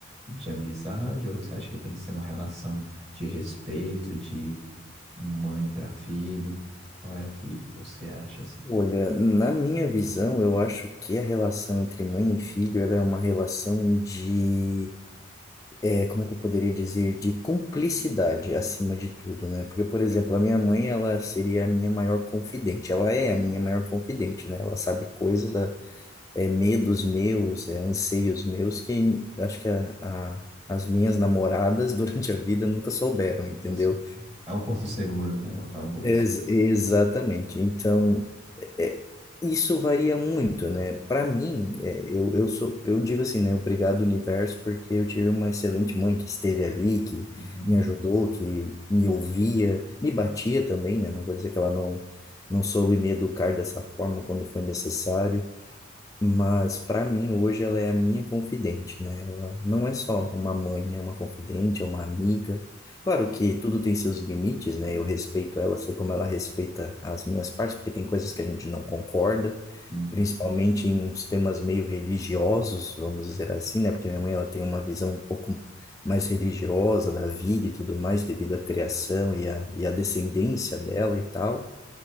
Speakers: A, on the right; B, on the left.
A: de amizade ou você acha que tem que ser uma relação de respeito, de mãe para filho? Qual é que você acha assim?
B: Olha, na minha visão, eu acho que a relação entre mãe e filho, ela é uma relação de, é, como é que eu poderia dizer, de cumplicidade acima de tudo, né? Porque, por exemplo, a minha mãe, ela seria a minha maior confidente. Ela é a minha maior confidente, né? Ela sabe coisas é, medos meus, é, anseios meus que acho que a, a- as minhas namoradas <laughs> durante a vida nunca souberam, entendeu?
A: Você- É o Porto Seguro, né? O famoso.
B: Ex- exatamente. Então, é, isso varia muito, né? Para mim, é, eu, eu sou, eu digo assim, né? Obrigado, universo, porque eu tive uma excelente mãe que esteve ali, que
A: Uhum.
B: me ajudou, que me ouvia, me batia também, né? Não vou dizer que ela não, não soube me educar dessa forma quando foi necessário mas para mim hoje ela é a minha confidente, né? Ela não é só uma mãe, é uma confidente, é uma amiga. Claro que tudo tem seus limites, né? Eu respeito ela, sei como ela respeita as minhas partes, porque tem coisas que a gente não concorda,
A: Uhum.
B: principalmente em uns temas meio religiosos, vamos dizer assim, né? Porque minha mãe ela tem uma visão um pouco mais religiosa da vida e tudo mais, devido à criação e à, e à descendência dela e tal.